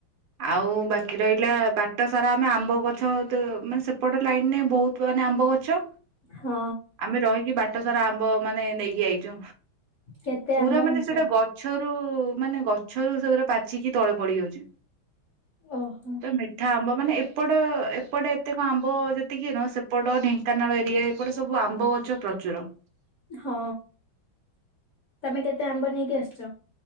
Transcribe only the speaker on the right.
ଆଉ ବାକି ରହି ଲା ବାଟ ସାରା ଆମେ ଆମ୍ବ ଗଛ। ତ ମାନେ ସେପଟ ଲାଇନରେ ବହୁତ ମାନେ ଆମ୍ବ ଗଛ।
ଆମେ ରହିକି ବାଟ ସାରା ଆମ୍ବ ମାନେ ନେଇକି ଆଇଚୁ।
ପୁରା
ମାନେ
ସେଇଟା ଗ ଗଛରୁ ମାନେ ଗଛରୁ ସେଗୁରା ପାଚିକି ତଳେ ପଡି ଯାଉଚି।
ମିଠା ଆମ୍ବ ମାନେ ଏପଟ -ଏପଟ ଏତେକ ଆମ୍ବ ଯେତିକି ନ, ସେପଟ ଢେଙ୍କ ଢେଙ୍କାନାଳ ଏରିଆ ଏପଟେ ସବୁ ଆମ୍ବ ଗଛ ପ୍ରଚୁର।